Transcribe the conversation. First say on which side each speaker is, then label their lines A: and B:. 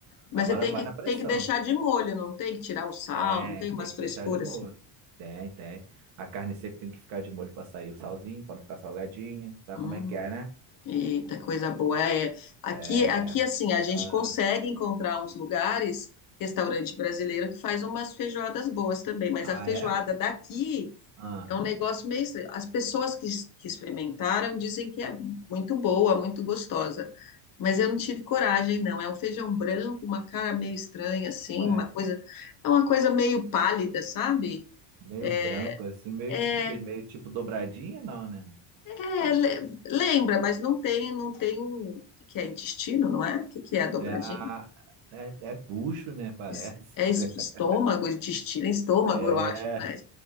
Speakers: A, on the left; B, on the right.
A: Mas
B: Agora
A: você tem
B: vai
A: que,
B: na pressão.
A: tem que deixar de molho, não tem que tirar o sal,
B: Tem,
A: não tem umas
B: tem que
A: frescuras
B: deixar de molho.
A: assim.
B: Tem, tem. A carne seca tem que ficar de molho para sair o salzinho, para não ficar salgadinha. Sabe
A: Hum.
B: como é que é, né?
A: Eita, coisa boa. É, aqui,
B: É.
A: aqui, assim, a gente
B: Ah,
A: consegue encontrar uns lugares, restaurante brasileiro, que faz umas feijoadas boas também, mas
B: ah,
A: a feijoada
B: é?
A: daqui
B: Ah,
A: é um negócio meio estranho. As pessoas que, que experimentaram dizem que é muito boa, muito gostosa, mas eu não tive coragem, não. É um feijão branco, uma cara meio estranha, assim,
B: ué,
A: uma coisa, é uma coisa meio pálida, sabe?
B: meio
A: é
B: branco, assim, meio
A: é,
B: tipo o quê? Meio tipo dobradinha, não, né?
A: É, le- lembra, mas não tem, não tem um, o que que é intestino, não é? O que que é a dobradinha?
B: É, a- é, é bucho, né? Parece.
A: Es- É
B: <laughs>
A: es- estômago, intestino, é estômago,
B: É.
A: eu acho, né?